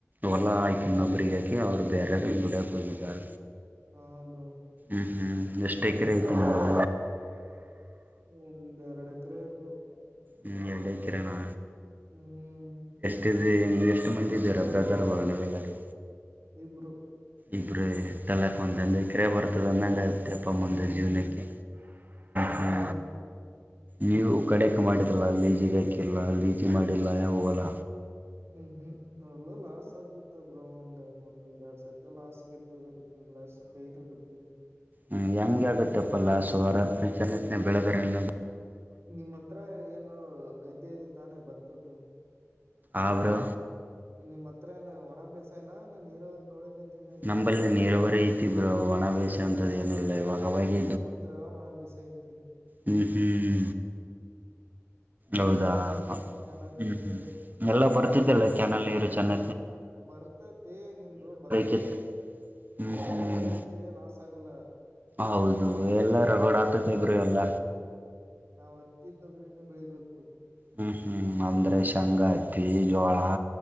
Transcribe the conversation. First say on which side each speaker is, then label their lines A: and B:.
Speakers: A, on the right; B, on the right.
A: ಹೊಲ ಆಕಿ ಇನ್ನೊಬ್ಬರಿಗೆ ಹಾಕಿ ಅವ್ರು ಬೇರೆಯವರಿಗೆ ದುಡಿಯೊಕ್ಕೆ ಹೋಗಿದ್ದಾರ.
B: ಹಾ ಬ್ರೋ
A: ಹ್ಮ್ ಹ್ಮ್ ಎಷ್ಟು ಎಕರೆ ಐತಿ ನಿಮ್ದು
B: ಒಂದ್ ಎರಡ್ ಎಕರೆ ಇರಬಹುದು
A: ಹ್ಮ್ ಎ ಕಕರ ನಾ
B: ಹ್ಮ್
A: ಅ ಎಷ್ಟು ಮಂದ ಬೇರ ಅಬ್ರಧರ ಬರನ ಬೆಲ್ಲರು
B: ಇಬ್ಬರು
A: ಇಬ್ರು ತಲಕ ಅಂತ ಅಂದ ಕ್ರೇಪರತಂದ ಅಂದ ಮಪ್ಪಮ್ಮಂದ
B: ಹ್ಮ್
A: ಜೀವನಕ್ಕೆ
B: ಹ್ಮ್
A: ಹ ನೀವು ಕಡೆಕ್ ಮಾಡಿದಲ್ಲ ಲೀಜಿಗೆ ಹಾಕಿಲ್ಲ ಲೀಜಿ ಮಾಡಿಲ್ಲ ಯ ಹವಲ್ಲ
B: ಹ್ಮ್ ಹ್ಮ್ ಎಲ್ಲ ಲಾಸ್ ಆಗುತ್ತಬ್್ರ ಒಂದ ಒಂದ್ ಎರಡ್ ಸತಿ ಲಾಸ್ ಆಗಿತ್ತು ಹಾ ಕೈ ಬಿತ್ತು
A: ಹ್ಮ ಹೆಂಗಗೆ ಆಗತ್ತಪ್ಪಲ್ಲಾ ಸು ಅಾರ ಜನತ್ತನನೆ ಬೆಳೆದರೆ ಎಲ್ಲ
B: ನಿಮ್ಮ್ ಹತ್ರ ಏನು ಗದ್ದೆದ ತಾನೇ ಬರ್ತದ್ದು
A: ಅವರು
B: ನಿಮ್ ಹತ್ರಏ ಒಣ ಬ್ಯಸಾಯನ ನ ನೀರವ್ರ ಕಳ ದಿನ ಇಯತ
A: ನಂಬಲ್ಲಿ ನೀರಾವರಿ ಐತಿ ಬ್ರೋ ಒಣ ಬೇಸಾಯ ಅಂತದ್ ಏನಿಲ್ಲ ಇವಾಗ ಅವಾಗೆ
B: ನಮ್ಮ ಹತ್ರ ಒಣ ಬೇಸ ಇತ್ತು
A: ಹ್ಮ ಹ್ಮ ಹೌದಾ
B: ಕ್ಯಾನಲ್ ನೀ
A: ಹ್ಮ್
B: ಕ್ಯಾನಲ್ ನೀರ್ ಅಷ್ಟೇ
A: ಹ್ಮ್ ಎಲ್ಲ ಬರ್ತಿದ್ದಲ್ಲ ಕೆ್ಯಾನಲ್ ನೀರು ಚೆನ್ನ
B: ಬರ್ತತಿ ನಿಮ್ದು ಭತ್ತ
A: ಕಿತ್
B: ಬೆ
A: ಹ್ಮ್
B: ಭತ್ತ
A: ಹ್ಮ್
B: ಬೆಳಿತೀರಿ ಲಾಸ್ಗಲ್ಲ
A: ಹೌದು ಎಲ್ಲ ರಗೋಡ ಆತತಿ ಇಬರು ಎಲ್ಲ
B: ನಾವವು ಅತ್ತಿ ತೊಗ್ರನ ಬೆಳಿಬೇಕು
A: ಹ್ಮ್ ಹ್ಮ್ ಅಂದ್ರೆ ಸಂಗಾತಿ ಜೋಳ